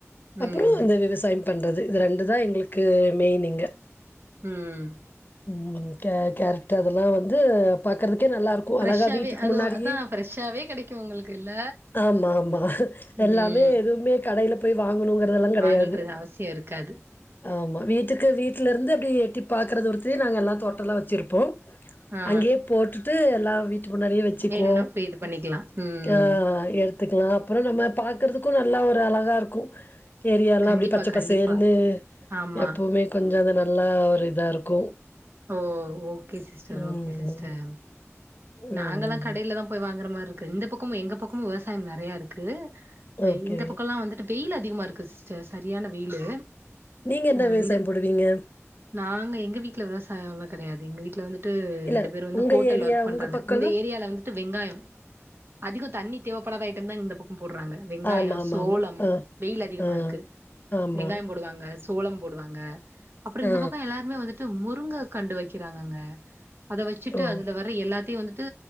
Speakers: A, on the left; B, on the right.
A: அப்புறோ
B: ம்
A: அந்த விவசாயம் பண்றது இது ரெண்டு தா எங்களுக்கு மெயின்னிங்க
B: ம்
A: ம் கே கேரட் டு அதெல்லா வந்து பாக்கறதுக்கே நல்லா இருக்கு
B: ஃப்ரெஷ்ஷாவே
A: அழகா வீட்டுக்கு
B: அது
A: முன்னாடியெ
B: அதா ஃப்ரெஷ்ஷாவே கெடைக்கு உங்களுக்கு இல்ல
A: ஆமா ஆமா எல்லாமே
B: ம்
A: எதுவுமே கடையில போய் வாங்கணுங்கறதெல்லா கெடயாது
B: வாங்கன்றது அவசியோ இருக்காது
A: ஆமா வீட்டுக்கு வீட்டுலருந்து அப்டி எட்டி பாக்கற தூரத்திலேயே நாங்க எல்லா தோட்டலா வச்சுருப்போ
B: ஆ
A: அங்கே போட்டுட்டு எல்லா வீட்டுக்கு முன்னாடியே வச்சுக்குவோ
B: வேணும்னா போய் இது பண்ணிக்கலா ம்
A: ஆ எடுத் பாத்துக்கலா அப்புறோ நம்ம பாக்கறதுக்கு நல்லா ஒரு அழகாக இருக்கு ஏரியாலா
B: கண்டிப்பா
A: அப்படியே பச்ச
B: கண்டிப்பா
A: பசேல்லு
B: ஆமா
A: எப்பவுமே கொஞ்சோ அது நல்லா ஒரு இதா இருக்கு
B: ஓ ஓகே சிஸ்டர்
A: ம்.
B: ஓகே சிஸ்டர்
A: அதேதான்.
B: நாங்கல்லா கடயில இங்கதா போய் வாங்கற மாரி இருக்கு இந்த பக்கமு எங்க பக்கமு விவசாயம் நெரய இருக்கு
A: ஓகே.
B: இந்த பக்கல்லா வந்துட் வெயிலு அதிகமா இருக்கு சிஸ்டர் சரியான வெயிலு
A: நீங்க என்ன
B: அ
A: விவசாயம்
B: இந்த
A: போடுவீங்க
B: நாங்க எங்க வீட்டுல விவசாயோ எல்லா கெடயாது எங்க வீட்டுல வந்து ட்டு
A: இல்ல
B: ரெண்டு பேரு வந்து
A: உங்க
B: ஹோட்டல்ல
A: ஏரியா
B: ஒர்க் பண்றாங்க
A: உங்க பக்கம்லாம்?
B: இந்த ஏரியால வந்து த்து வெங்காயோ அதிகோ தண்ணிதேவபடாத ஐட்டம் தா இந்த பக்கம் போடுறாங்க வெங்காயோ
A: ஆமாமாமா.
B: சோளம்
A: ஆ,
B: வெயில் அதிகமா
A: ஆ,
B: இருக்கு
A: ஆமா.
B: வெங்காயம் போடுவாங்க சோளம் போடுவாங்க அப்புறோ இந்த
A: ஆ.
B: பக்கோ எல்லாருமே வந்துட்டு முருங்க கண்டு வைக்கிறாங்கங்க அத வச்சுட்டு
A: ஓ,
B: அதுல வர எல்லாத் தி வந்துட்டு